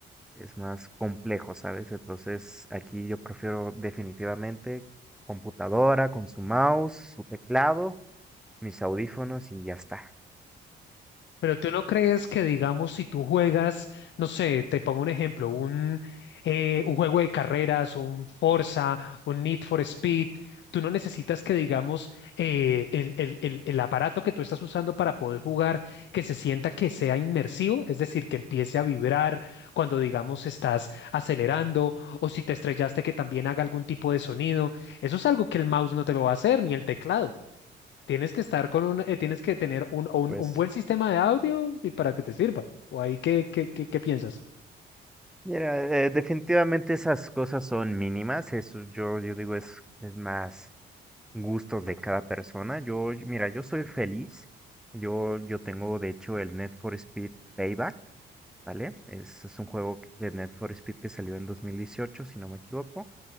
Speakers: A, in the centre; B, on the left (about 65°).
A: es más complejo, ¿sabes? Entonces aquí yo prefiero definitivamente computadora con su mouse, su teclado, mis audífonos y ya está.
B: Pero tú no crees que, digamos, si tú juegas, no sé, te pongo un ejemplo, un, eh, un juego de carreras, un Forza, un Need for Speed, tú no necesitas que, digamos, eh, el, el- el- el aparato que tú estás usando para poder jugar, que se sienta que sea inmersivo, es decir, que empiece a vibrar cuando, digamos, estás acelerando o si te estrellaste, que también haga algún tipo de sonido. Eso es algo que el mouse no te lo va a hacer, ni el teclado. Tienes que estar con un, eh, tienes que tener un, un,
A: Pues,
B: un buen sistema de audio y para que te sirva. ¿O ahí qué, qué, qué, qué piensas?
A: mira, eh, definitivamente esas cosas son mínimas, eso yo, yo digo es, es más gustos de cada persona. Yo, mira, yo soy feliz. Yo, yo tengo, de hecho, el Need for Speed Payback, ¿vale? Es, es un juego que- de Need for Speed que salió en 2018, si no me equivoco.